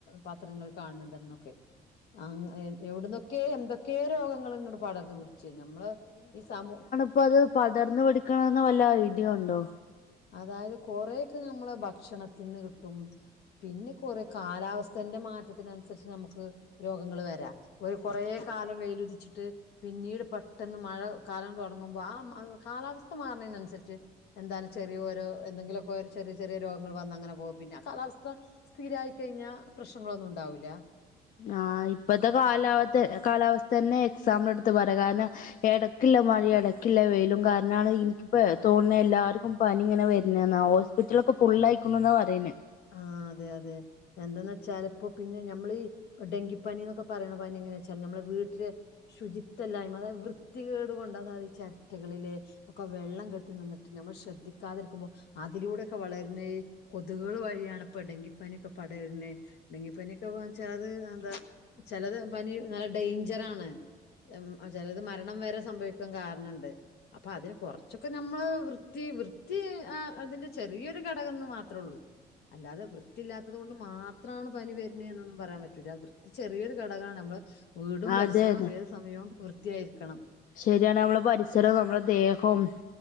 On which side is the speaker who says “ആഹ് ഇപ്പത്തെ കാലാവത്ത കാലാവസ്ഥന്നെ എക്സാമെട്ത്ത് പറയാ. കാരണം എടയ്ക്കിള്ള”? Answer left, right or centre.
Left